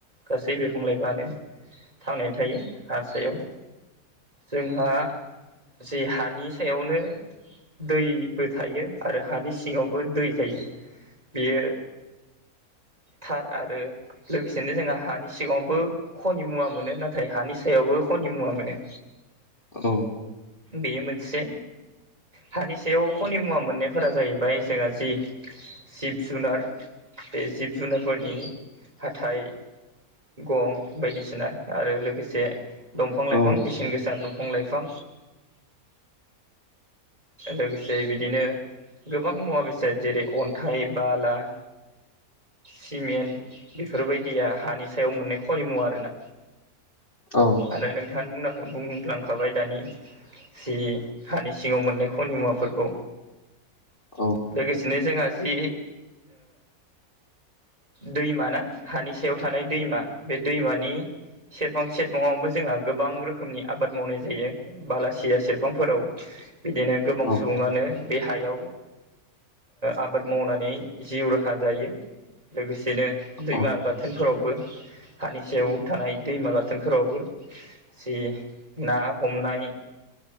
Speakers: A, on the right (about 25°); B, on the left (about 35°).
A: गासै बिफां लाइफ्रानो थांनानै थायो हासायाव जोंहा जे हानि सायावनो दैबो थायो आरो हानि सिङांवबो दै थायो बियो थार आरो लोगोसेनो जोंहा हानि सिगाङांवबो खनि मुवा मोनो नाथाय हानि सायावबो खनि खनिमुवा मोनो
B: औ
A: बेयो मोनसे हानि सायाव खनि मुवा मोननायफोरा जाहैबाय जोंहा जि जिब जुनार बे जिब जुनारफोरनि हाथाइ गं बायदिसिना आरो लोगोसे दंफां लाइफां
B: औ
A: बेसेन गोसा दंफां बफां लाइफां लोगोसे बिदिनो गोबां मुवा बेसाद जेरै अन्थाइ बाला <inaudible> सिमेन्ट बेफोरबायदिया हानि सायाव मोननाय खनिमुवा आरोना
B: औ
A: आरो नोंथांङा बुंनो ह बुंलांखाबाय दानि जि हानि सिङांव मोननाय खनि मुवाफोरखौ
B: औ
A: लोगोसेनो जों जि दैमाना हानि सायाव थानाय दैमा बे दैमानि सेरफां सेरफांङावबो जोंहा गोबां रोखोमनि आबाद मावनाय जायो बालासि सिया सेरफांफोराव बिदिनो गोबां
B: औ
A: सुबुंङानो बे हायाव आबाद मावनानै जिउ राहा जायो लोगोसेनो दैमा
B: औ
A: गाथोनफोरावबो हानिसायाव थानाय दैमा गाथोनफोरावबो जि ना हमनाय